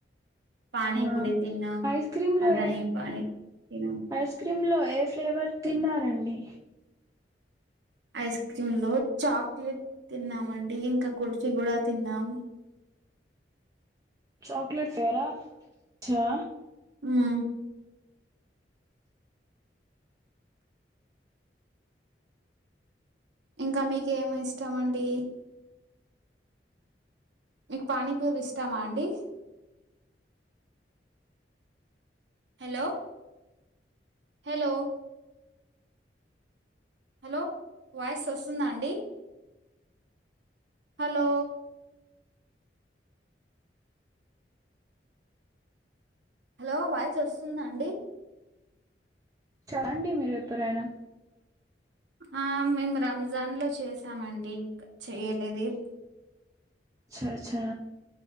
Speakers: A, on the right (about 85°); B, on the right (about 20°).
A: పానీపూరి
B: ఆ
A: తిన్నాం
B: ఐస్ క్రీమ్
A: <unintelligible>
B: లో ఏ
A: పానీ తిన్నాం
B: ఐస్ క్రీమ్ లో ఏ ఫ్లేవర్ తిన్నారండి
A: ఐస్ క్రీమ్ లో చాక్లెట్ తిన్నాం అండి ఇంకా కుల్ఫీ కూడా తిన్నాం
B: చాక్లేట్ ఫెరా చా
A: హ్మ్మ్ ఇంకా మీకు ఏమి ఇష్టం అండి మీకు పానీపూరీ ఇష్టమా అండి హలో హలో హలో వాయిస్ వస్తుందా అండి హలో హలో వాయిసు వస్తుందా అండి
B: ాడి మేర్ ఎప్పుడైనా
A: ఆ మేము రంజాన్ లో చేసామండి ఇంకా చెయ్యలేది
B: చ్చా చ్చా